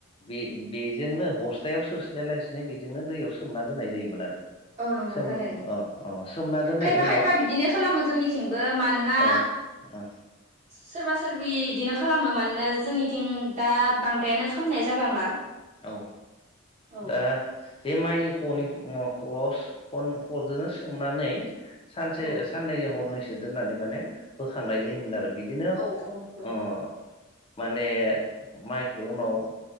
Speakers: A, on the left (about 25°); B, on the right (about 30°).
A: बे-बेजोंनो बस्थायाव सोस्लायलासिनो बेजोंनो दैयाव सोमना दोननाय जायोमोन आरो
B: औ नंगौथारनो
A: सोमना अ अ सोमना दोननायनि
B: खायफा
A: उनाव
B: खायफा बिदिनो खालामो जोंनिथिंबो मानोना
A: अ अ
B: सोरबा सोरबि बिदिनो खालामो मानो जोंनिथिं दा बां फ्रायानो खालामनाय जाबांला
A: औ
B: औ
A: दा बे माइलि खनि आ हस ह हजोंनो सोमनानै सानसे
B: औ
A: साननैजों हरनैस सो दोननानै माने बोखांनाय जायोमोन आरो बिदिनो
B: औ औ नंगौ
A: अ माने माइखौ उनाव